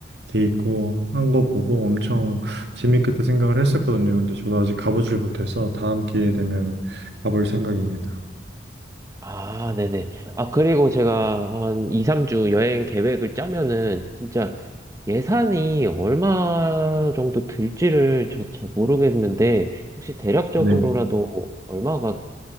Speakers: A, on the right; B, on the right.
A: 돼 있고 한 거 보고 엄청 재밌겠다 생각을 했었거든요. 근데 저도 아직 가보질 못해서 다음 기회 되면 가볼 생각입니다.
B: 아, 네네. 아, 그리고 제가 한 2, 3주 여행 계획을 짜면은 진짜 예산이 얼마 정도 들지를 저 잘 모르겠는데 혹시 대략적으로라도
A: 네.
B: 얼마가